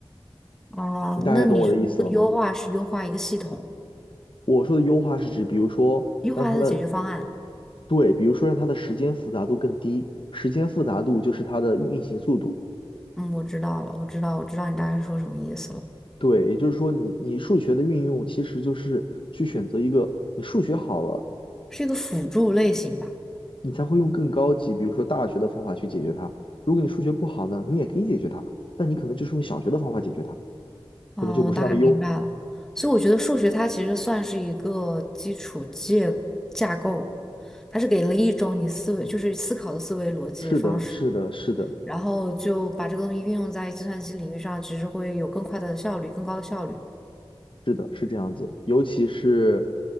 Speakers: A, in the centre; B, on the left (about 60°).
A: 哦，
B: 你大概懂我的意思了吗？
A: 那你是不是优化是优化一个系统，
B: 我说的优化是指，比如说让它的
A: 优化它的解决方案？
B: 对，比如说让它的时间复杂度更低，时间复杂度就是它的运行速度。
A: 嗯，我知道了，我知道，我知道你大概说什么意思了，
B: 对，也就是说你，你数学的运用其实就是去选择一个你数学好了，
A: 是一个辅助类型吧？
B: 你才会用更高级，比如说大学的方法去解决它。如果你数学不好呢，你也可以解决它，但你可能就是用小学的方法解决它，
A: 啊，
B: 可能就不是那么优。
A: 我大概明白了。所以我觉得数学它其实算是一个基础建架构，它是给了一种你思维，就是思考的思维逻辑方式，
B: 是的，是的，是的。
A: 然后就把这个东西运用在计算机领域上，其实会有更快的效率，更高的效率。
B: 是的，是这样子，尤其是